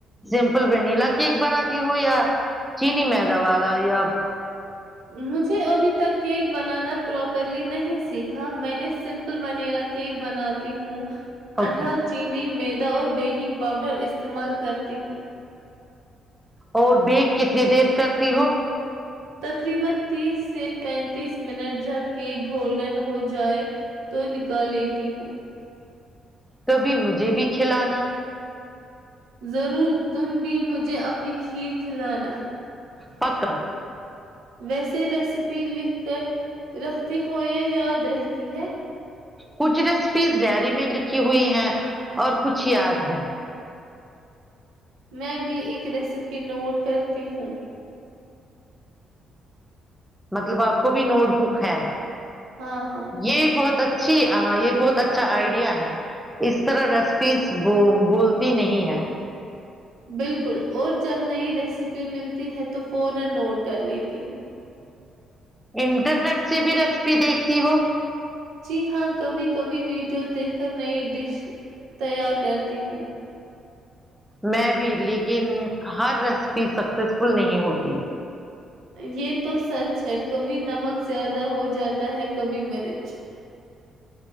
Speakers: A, in the centre; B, on the right.
A: سمپل ونییلا کیک بناتی ہو یا چینی میدا والا یا
B: مجھے ابھی تک کیک بنانا پراپرلی نہیں سیکھا میں نے سمپل و نیلا کیک بناتی ہوں
A: اوکے
B: انڈا چینی مید اور بیکنگ پاؤڈر استعمال کرتی ہوں
A: اور بیگ کتنی دیر کرتی ہو
B: تقریبن تیس سے پینتیس منٹ جب کیک گولڈن ہو جائے تو نکال لی تی ہوں
A: کبھی مجھے بھی کھلانا
B: ضرور تم بھی مجھے اپنی خیر کھلانا
A: پکا
B: ویسے ریسیپی لکھ کر رکھتی ہووں یا یاد رہتی ہے
A: کچھ ریسپیز ڈائری میں لکھی ہوئی ہیں اور کچھ یاد ہے
B: میں بھی ایک ریسیپی نوٹ کرتی ہوں
A: مطلب آپ کو بھی نوٹ بک ہے
B: ہاں ہاں
A: یہ بہت اچھی یہ بہت اچھا آئیڈیا ہے اس طرح ریسیپیز بولتی نہیں ہے
B: بالکل اور جب نئی ریسیپی ملتی ہے تو فورا نوٹ کر لیتی ہوں
A: انٹرنیٹ سے بھی ریسپی دیکھتی ہو
B: جی ہاں کبھی کبھی ویڈیوز دیکھ کر نئی ڈش تیار کرتی ہوں
A: میں بھی لیکن ہر ریسپی سکسیسفل نہیں ہوتی
B: یہ تو سچ ہے کبھی نمک زیادہ ہو جاتا ہے کبھی مرچ